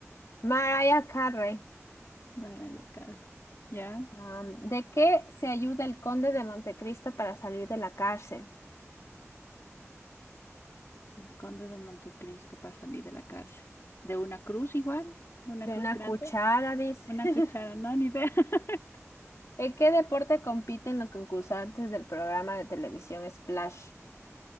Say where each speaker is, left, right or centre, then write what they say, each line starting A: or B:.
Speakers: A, on the left (about 75°); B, on the left (about 60°).
A: Mariah Carey.
B: Mariah Carey. Ya.
A: Am, ¿de qué se ayuda el conde de Montecristo para salir de la cárcel?
B: El Conde de Montecristo para salir de la cárcel. ¿De una cruz igual? ¿De una
A: De
B: cruz
A: una
B: grande?
A: cuchara, dice.
B: ¿Una
A: <laughs>
B: cuchara? No, ni idea. <laughs>
A: ¿En qué deporte compiten los concursantes del programa de televisión Splash?